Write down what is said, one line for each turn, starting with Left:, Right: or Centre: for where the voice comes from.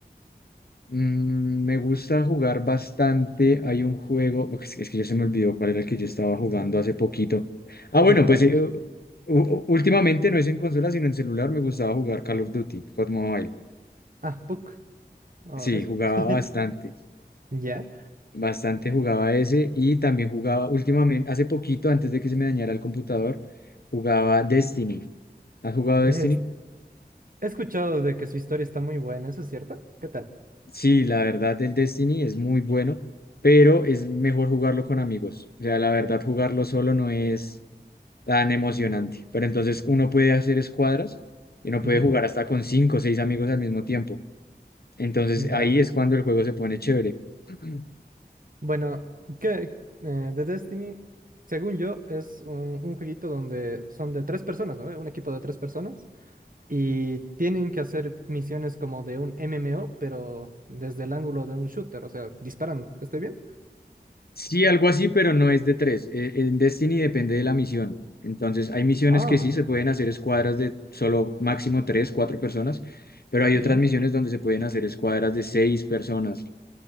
Left: Mm, me gusta jugar bastante. Hay un juego, ok, es, que es que ya se me olvidó cuál era el que yo estaba jugando hace poquito. Ah,
Right: Overwatch.
Left: bueno, pues eh, u- u- últimamente no es en consola, sino en celular. Me gustaba jugar Call of Duty, COD Mobile.
Right: Ah, PUC. Oh,
Left: Sí,
Right: eso.
Left: jugaba bastante,
Right: <laughs> Ya.
Left: bastante jugaba ese y también jugaba últimamente, hace poquito, antes de que se me dañara el computador, jugaba Destiny. ¿Has jugado
Right: De
Left: Destiny?
Right: es- He escuchado de que su historia está muy buena, ¿eso es cierto? ¿Qué tal?
Left: Sí, la verdad, el Destiny es muy bueno, pero es mejor jugarlo con amigos. O sea, la verdad, jugarlo solo no es tan emocionante. Pero entonces uno puede hacer escuadras y uno
Right: Ujú.
Left: puede jugar hasta con cinco o seis amigos al mismo tiempo. Entonces ahí
Right: Va.
Left: es cuando el juego se pone chévere. <clears throat>
Right: Bueno, que eh, The Destiny, según yo, es un, un jueguito donde son de tres personas, ¿no? Un equipo de tres personas. Y tienen que hacer misiones como de un MMO, pero desde el ángulo de un shooter, o sea, disparando. ¿Estoy bien?
Left: Sí, algo así, pero no es de tres. Eh, En Destiny depende de la misión. Entonces, hay misiones
Right: Ah,
Left: que sí se pueden hacer escuadras de solo máximo tres, cuatro personas, pero hay
Right: ya.
Left: otras misiones donde se pueden hacer escuadras de seis personas.